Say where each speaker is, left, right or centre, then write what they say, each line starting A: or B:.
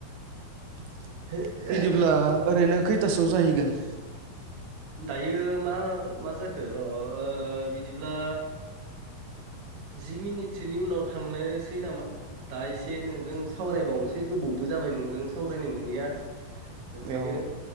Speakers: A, on the right; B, on the right.
A: <inaudible>
B: <unintelligible>
A: बिदिब्ला ओरैनो खैथासोआव जाहैगोन
B: दायो मा मा जाखो र' बिदिब्ला जि मिनिटसोनि उनाव थांनायासै नामा दा एसे नोंजों सावरायबावनोसै गोबावबो जाबाय नोंजों सावरायनो मोनैया बेखायनो
A: औ